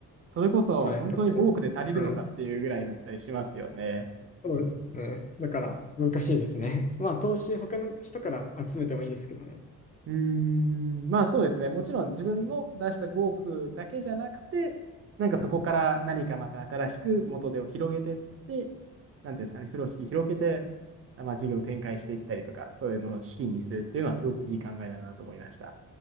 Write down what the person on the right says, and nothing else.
それこそ本当に5億で足りるのかっていうぐらいだったりしますよね。
うーん、まあそうですね。もちろん自分の出した5億だけじゃなくて、なんかそこから何かまた新しく元手を広げてって、なんていうんですかね、風呂敷広げて、あまあ事業展開していったりとか、そういうのを資金にするっていうのはすごくいい考えだなと思いました。